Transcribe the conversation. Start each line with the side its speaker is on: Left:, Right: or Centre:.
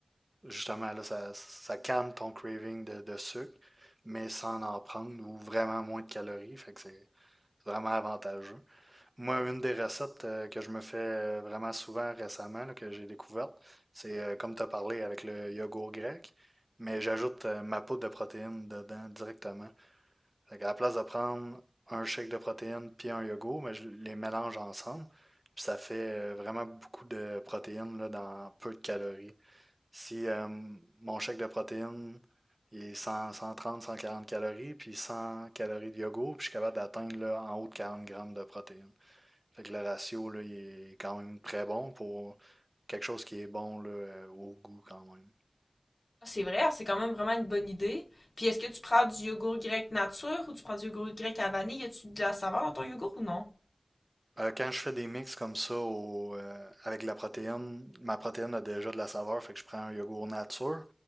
Right: justement là, ça, ça calme ton craving de, de sucre, mais sans en prendre ou vraiment moins de calories, fait que c'est c'est vraiment avantageux. Moi, une des recettes euh, que je me fais euh, vraiment souvent récemment, là, que j'ai découverte, c'est euh, comme tu as parlé avec le yogourt grec, mais j'ajoute euh, ma poudre de protéines dedans directement. Fait qu'à la place de prendre un shake de protéines puis un yogourt, mais je les mélange ensemble. Puis ça fait euh, vraiment beaucoup de protéines là, dans peu de calories. Si euh, mon shake de protéines il est 100, 130, 140 calories, puis 100 calories de yogourt, puis je suis capable d'atteindre là, en haut de 40 grammes de protéines. Fait que le ratio là, il est quand même très bon pour quelque chose qui est bon là, euh, au goût quand même.
Left: C'est vrai, c'est quand même vraiment une bonne idée. Puis est-ce que tu prends du yogourt grec nature ou tu prends du yogourt grec à vanille? Y a-tu de la saveur dans ton yogourt ou non?
Right: Euh, quand je fais des mix comme ça au, euh, avec la protéine, ma protéine a déjà de la saveur, fait que je prends un yogourt nature,